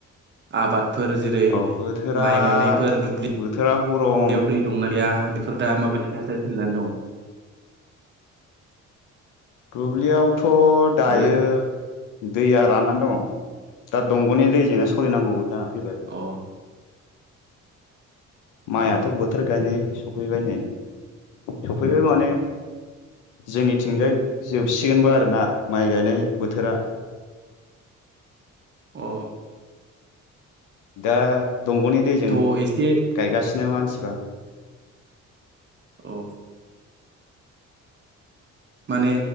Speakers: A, on the right; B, on the left.
A: आबाद फोर जेरै
B: औ बोथोरा
A: माइ गायनायफोर दुब्लि
B: बोथोरा गरम
A: याव दै दंना गैया? बेफोर दा माबायदि थासारि सोलिनानै दं?
B: दुब्लियावथ' दायो
A: आरो
B: दैया राननानै दं। दा दंग'नि दैजोंनो सोलिनांगौ जानानै फैबाय।
A: अ
B: माइआथ'
A: अ
B: बोथोर गायनाय सफैबाय नै। सौ बेबो माने जोंनि थिंजाय जोबसिगोनबो आरो ना माइ गायनाय बोथोरा।
A: अ
B: दा दंग'नि दैजों
A: थ' एसे
B: गायगासिनो मानसि <unintelligible>
A: औ माने